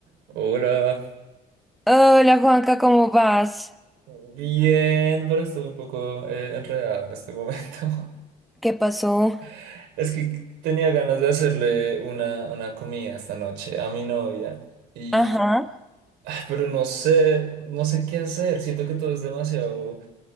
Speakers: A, on the right (about 85°); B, in the centre.
A: Hola.
B: Hola Juanca, ¿cómo vas?
A: Bien, pero estoy un poco eh, enredado en este momento.
B: ¿Qué pasó?
A: <laughs> Es que tenía ganas de hacerle una, una comida esta noche a mi novia y
B: Ajá.
A: ah, pero no sé, no sé qué hacer. Siento que todo es demasiado